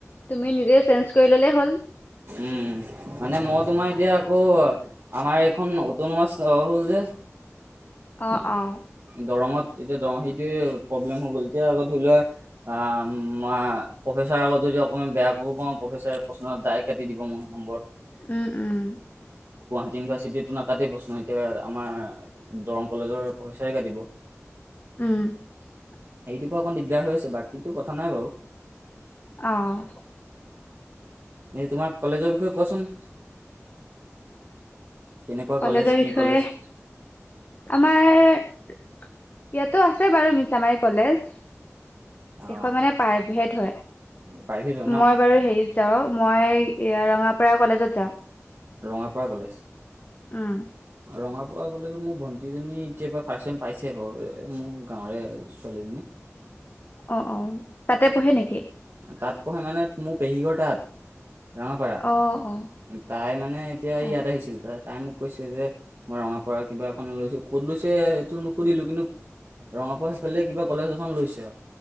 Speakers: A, on the left; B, on the right.
A: তুমি নিজে চেঞ্জ কৰি ললেই হ'ল
B: উম মানে মই তোমাৰ এতিয়া আকৌ <unintelligible> আমাৰ এইখন অতু ন মাছ হ'ল যে
A: অ অ <unintelligible>
B: দৰঙত এতিয়া দৰঙ সেইটোৱে প্ৰব্লেম হৈ গ'ল এতিয়া আকৌ ধৰি লোৱা, উ মই প্ৰফেচাৰ আগত যদি অকমান বেয়া কৈও পাওঁ প্ৰফেচাৰ প্ৰশ্ন ডাইৰেক্ট কাটি দিব মোৰ নম্বৰ <unintelligible>
A: উম উম
B: ইউভাৰ্চিটিটো নাকাটি প্ৰশ্ন এতিয়া আমাৰ দৰং কলেজৰ প্ৰফেচাৰে কাটিব।
A: উম <unintelligible>
B: সেইটোৰ পৰা অকণ দিগদাৰ হৈ আছে বাকীতো কথা নাই বাৰু,
A: আহ <unintelligible>
B: এই তোমাক কলেজৰ বিষয়ে কোৱাচোন। কেনেকুৱা
A: কলেজৰ
B: কলেজ, কি
A: বিষয়ে
B: কলেজ
A: আমাৰ ইয়াতো আছে বাৰু মিছামাৰী কলেজ <unintelligible>
B: অঁ
A: এখন মানে পাইভেদ হয়।
B: প্ৰাইভেট হয় ন
A: মই বাৰু হেৰি যাও, মই ৰঙাপাৰা কলেজত যাওঁ।
B: ৰঙাপাৰা কলেজ
A: উম
B: ৰঙা <unintelligible> কোৱা গ'লে যে, মোৰ ভণ্টীজনী এতিয় পৰা ফাৰ্ষ্ট টাইম পাইছে। বাৰু মোৰ গাঁৱৰে ছোৱালীজনী
A: অ অ তাতে পঢ়ে নেকি
B: তাত পঢ়ে মানে মোৰ পেহীঘৰ তাত <unintelligible> ৰঙাপাৰা,
A: অ অ
B: তাই মানে এতিয়া ইয়াত
A: আচ্ছা
B: আহিছিল ত তাই মোক। কৈছে যে মই ৰঙা পাৰ কিবা এখন লৈছো ক'ত লৈছে সেইটো নুসুধিলো কিন্তু <unintelligible> ৰঙা পৰা সেইফালে কিবা কলেজ এখন লৈছে অ